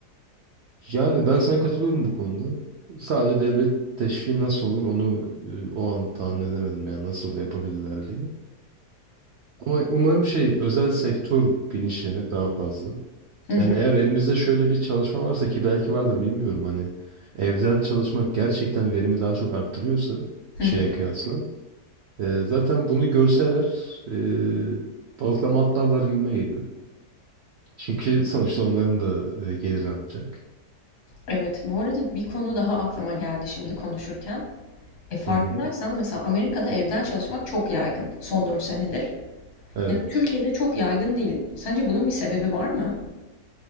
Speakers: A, on the right (about 75°); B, on the left (about 55°).
A: Yani ben sana katılıyorum bu konuda. Sadece devlet teşviki nasıl olur onu e, o an tahmin edemedim yani nasıl yapabilirler diye. Ama umarım şey özel sektör bilinçlenir daha fazla.
B: Hı
A: Yani
B: hı.
A: eğer elimizde şöyle bir çalışma varsa ki belki vardır bilmiyorum hani evden çalışmak gerçekten verimi daha çok arttırıyorsa
B: Hı
A: şeye
B: hı.
A: kıyasla e, zaten bunu görseler e, balıklama atlarlar gibime geliyor. Çünkü sonuçta onların da e, geliri artacak.
B: Evet, bu arada bir konu daha aklıma geldi şimdi konuşurken. E farkındaysan
A: Hı hı.
B: mesela Amerika'da evden çalışmak çok yaygın son 4 senedir.
A: Evet.
B: Yani Türkiye'de çok yaygın değil. Sence bunun bir sebebi var mı?